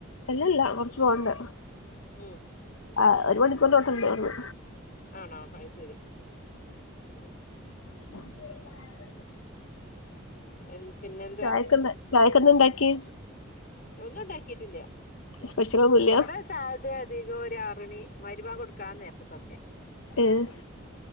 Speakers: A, on the left (about 80°); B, on the left (about 45°).
A: അല്ലല്ല കുറച്ച് പോകൻണ്ട്
B: ഉം
A: ആഹ് ഒരു മണിക്കൂർന്റെ അട്ത്ത്ണ്ട് അവിട്ന്ന്
B: ആണോ അഹ് ശരി ഉം
A: <inaudible>
B: ഉം എൻ പിന്നെ
A: ചായക്ക് ന്ന് ചായക്കന്താ ഇണ്ടാക്കിയെ
B: ഒന്നും ണ്ടാക്കിട്ടില്ല
A: സ്പെഷ്യലൊന്നുല്ല
B: ഇവിടെ ചായ ടെ അധിക്കും ഒരു ആറണി മഗ്‌രിബ് ബാങ്ക് കൊടുക്കാ നേരത്ത്ക് ക്കൊക്കെ
A: ഏഹ്